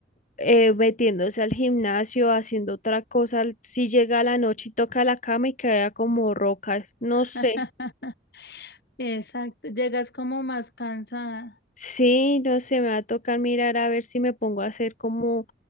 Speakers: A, on the left; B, on the left.
A: eh, metiéndose al gimnasio, haciendo otra cosa, si llega a la noche y toca la cama y queda como roca, no sé.
B: <laughs> Exacto, llegas como más cansada.
A: Sí, no sé, me va a tocar mirar a ver si me pongo a hacer como